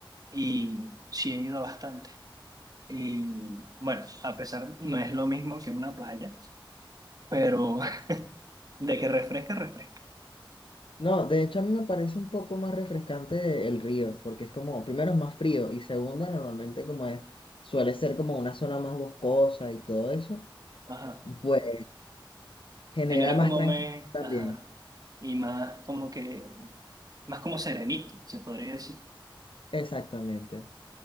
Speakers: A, on the right; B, on the left.
A: y sí he ido bastante. Y bueno, a pesar no es lo mismo que una playa, pero <laughs> de que refresca, refresca.
B: No, de hecho a mí me parece un poco más refrescante el río, porque es como, primero es más frío y segundo normalmente como es, suele ser como una zona más boscosa y todo eso.
A: Ajá.
B: Pues genera
A: Genera
B: más
A: como
B: tranquilidad
A: me,
B: también.
A: ajá, y más como que, más como serenito, se podría decir.
B: Exactamente.